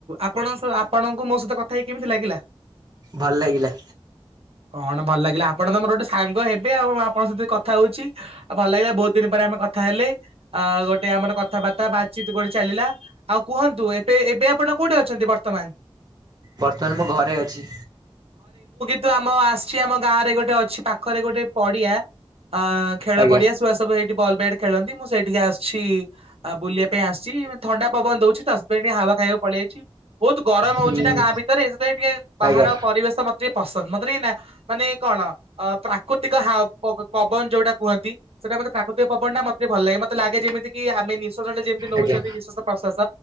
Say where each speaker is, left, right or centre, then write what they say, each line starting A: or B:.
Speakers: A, on the right (about 80°); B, on the right (about 40°).
A: ଆପଣଙ୍କ ଆପଣଙ୍କୁ ମୋ ସହିତ କଥା ହେଇକି କେମିତି ଲାଗିଲା?
B: ଭଲ ଲାଗିଲା।
A: କଣ ଭଲ ଲାଗିଲା ଆପଣ ତମର ଗୋଟେ ସାଙ୍ଗ ହେବେ ଆଉ। ଆପଣଙ୍କ ସହିତ କଥା ହଉଛି ଆଉ ଭଲ ଲାଗିଲା ବହୁତ ଦିନ ପରେ ଆମେ କଥା ହେଲେ ଆ ଗୋଟେ ଆମର କଥାବାର୍ତ୍ତା ବାତଚିତ ଗୋଟେ ଚାଲିଲା। ଆଉ କୁହନ୍ତୁ ଏବେ ଏବେ ଆପଣ କୋଉଠି ଅଛନ୍ତି ବର୍ତ୍ତମାନ?
B: ବର୍ତ୍ତମାନ ମୋ ଘରେ ଅଛି।
A: ତ ଆମ ଆସିଛି ଆମ ଗାଁ ରେ ଗୋଟେ ଅଛି ପାଖ ପାଖରେ ଗୋଟେ ପଡିଆ ଅ ଖେଳ
B: ଆଜ୍ଞା
A: ପଡିଆ ଶୁଆ ସବୁ ହେଇଠି ବଲ୍ ବ୍ୟାଟ୍ ଖେଳନ୍ତି। ମୁଁ ସେଇଠିକି ଆସିଛି ବୁଲିବା ପାଇଁ ଆସିଛି ଥଣ୍ଡା ପବନ ଦଉଛି ତ ଟିକେ ହାୱା ଖାଇବାକୁ ପଳେଇ ଆଇଛି। ବହୁତ ଗରମ
B: ହୁଁ
A: ହଉଛି ନା ଗାଁ ଭିତରେ ଏ ସେଥିପାଇଁ ଟିକେ ବାହାରର
B: ଆଜ୍ଞା
A: ପରିବେଶ ମତେ ଟିକେ ପସନ୍ଦ। ନା ମାନେ କଣ ଅ ପ୍ରାକୃତିକ ହାୱା ପବନ ଯୋଉଟା କୁହନ୍ତି। ସେଟା ମତେ ପ୍ରକୃତିକ ପବନ ନା ମତେ ଭଲ ଲାଗେ। ମତେ ଲାଗେ ଯେମତି କି ଆମେ ପ୍ରଟେ ଯେମିତି ନଉଛନ୍ତି
B: ଆଜ୍ଞା
A: ନିଶ୍ୱାସ ପ୍ରଶ୍ୱାସ